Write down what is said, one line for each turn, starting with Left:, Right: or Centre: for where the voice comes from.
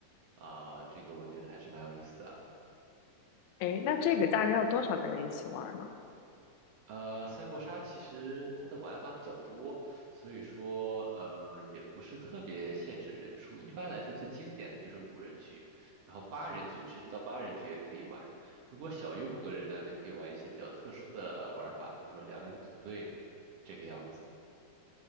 Right: 啊，这个我觉得还是蛮有意思的。
Left: 哎，那这个大概要多少个人一起玩呢？
Right: 呃，三国杀其实它的玩法比较多，所以说呃也不是特别限制人数。一般来说，最经典的就是五人局，然后八人局，甚至到八人局也可以玩。如果小于五个人呢，就可以玩一些比较特殊的玩法，比如说两两组队这个样子。